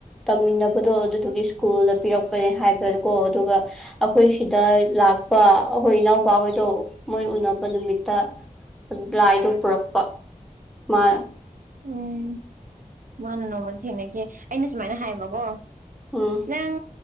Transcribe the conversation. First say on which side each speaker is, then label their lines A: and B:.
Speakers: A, in the centre; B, on the right (about 80°).
A: ꯇꯝꯃꯤꯟꯅꯕꯗꯣ ꯑꯗꯨꯗꯨꯒꯤ ꯁ꯭ꯀꯨꯜꯗ ꯄꯤꯔꯛꯄꯅꯦ ꯍꯥꯏꯕ ꯀꯣ ꯑꯗꯨꯒ ꯑꯩꯈꯣꯏ ꯁꯤꯗ ꯂꯥꯛꯄ ꯑꯩꯈꯣꯏ ꯏꯅꯥꯎꯄꯥ ꯍꯣꯏꯗꯣ ꯃꯣꯏ
B: ꯎꯝ
A: ꯎꯅꯕ ꯅꯨꯃꯤꯠꯇ ꯂꯥꯏꯗꯣ ꯄꯨꯔꯛꯄ ꯃꯥ
B: ꯎꯝ ꯃꯥꯅ ꯅꯣꯡꯃꯗ ꯊꯦꯡꯅꯈꯤ ꯑꯩꯅ ꯁꯨꯃꯥꯏꯅ ꯍꯥꯏꯌꯦꯕꯀꯣ
A: ꯎꯝ
B: ꯅꯪ